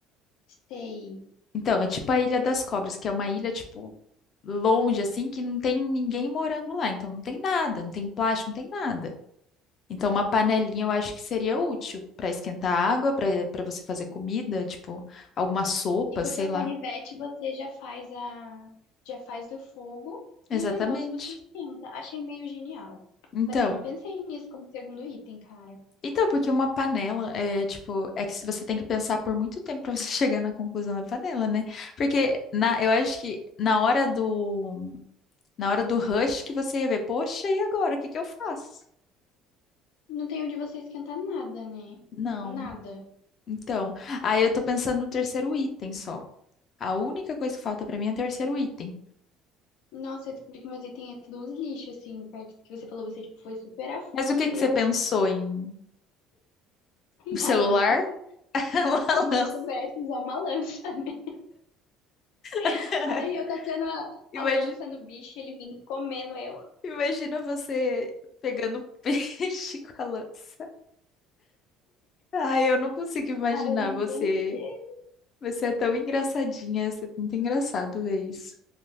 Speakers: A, on the left; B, on the left.
A: Sei.
B: Então, é tipo a Ilha das Cobras, que é uma ilha, tipo, longe, assim, que não tem ninguém morando lá. Então não tem nada, não tem plástico, não tem nada. Então uma panelinha eu acho que seria útil para esquentar água, para para você fazer comida, tipo alguma sopa,
A: E com
B: sei
A: o teu
B: lá.
A: canivete você já faz a. Já faz o fogo
B: Exatamente.
A: e o negócio você esquenta. Achei meio genial.
B: Então,
A: Mas eu não pensei nisso como segundo item, cara.
B: então porque uma panela é tipo, é que se você tem que pensar por muito tempo para você <laughs> chegar na conclusão da panela, né? Porque na, eu acho que na hora do na hora do rush que você ia ver, poxa, e agora? O que que eu faço?
A: Não tem onde você esquentar nada, né?
B: Não.
A: Nada.
B: Então, aí eu tô pensando no terceiro item só. A única coisa que falta pra mim é o terceiro item.
A: Nossa, eu descobri que meu zíper tinha todos uns lixos, assim, perto do que você falou, você tipo, foi super a fundo
B: Mas o que que
A: e
B: você
A: eu
B: pensou em
A: <laughs>
B: o celular?
A: na lança,
B: <laughs> Uma
A: como
B: lança.
A: se eu soubesse usar uma lança, né?
B: <laughs>
A: <laughs> Aí eu tacando a,
B: Imagina,
A: a lança no bicho, ele vindo e comendo eu.
B: imagina você pegando peixe <laughs> com a lança. Ai, eu não consigo imaginar
A: Ai, eu não
B: você.
A: pensei,
B: Você é tão engraçadinha, você é muito engraçado ver isso.